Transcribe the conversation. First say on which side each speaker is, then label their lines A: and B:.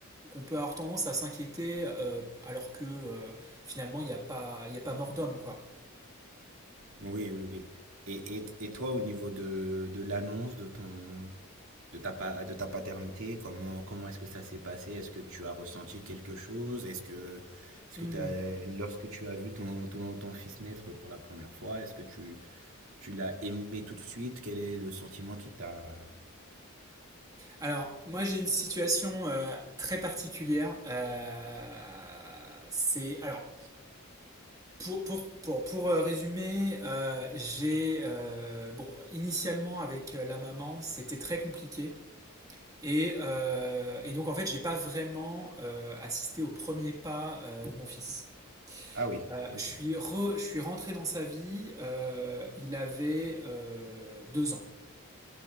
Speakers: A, on the right; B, on the right.
A: qu'on peut avoir tendance à s'inquiéter euh, alors que euh, finalement il n'y a pas, il y a pas mort d'homme, quoi.
B: oui oui oui et, et, et toi au niveau de, de l'annonce de ton de ta, pa- de ta paternité, comment, comment est-ce que ça s'est passé? Est-ce que tu as ressenti quelque chose? Est-ce que, est-ce
A: Hmm.
B: que t'as- lorsque tu as vu ton, ton, ton fils naître pour la première fois, est-ce que tu, tu l'as aimé tout de suite? Quel est le sentiment qui t'a...
A: Alors, moi j'ai une situation euh, très particulière. Euh, c'est alors pour pour pour pour euh, résumer, euh, j'ai euh, bon initialement avec euh, la maman c'était très compliqué Et, euh, et donc en fait, j'ai pas vraiment euh, assisté au premier pas euh, de mon fils.
B: Ah oui,
A: Euh,
B: ok.
A: je suis re- je suis rentré dans sa vie. euh, il avait euh, deux ans.